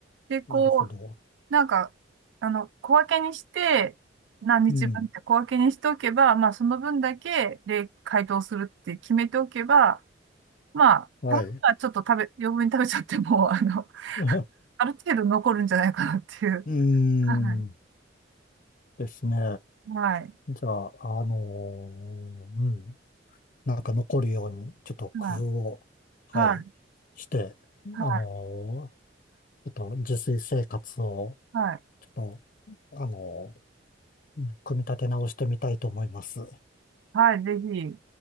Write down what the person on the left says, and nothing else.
なるほど。
うん。
はい。
<laughs> う
ーん。
ですね。
じゃあ、あのーうん。なんか残るように、ちょっと工夫を、
はい、
して、
あのーちょっと自炊生活を、
ちょっと、あのー組み立て直してみたいと思います。